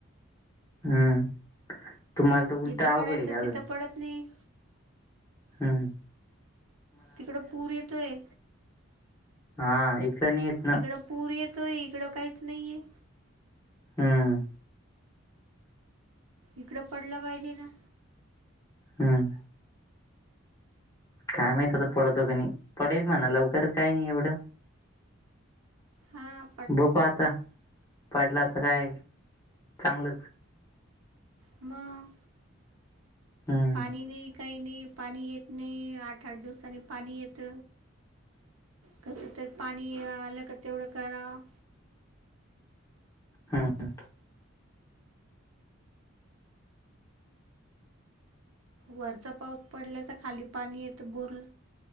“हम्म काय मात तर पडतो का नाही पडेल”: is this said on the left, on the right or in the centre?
Left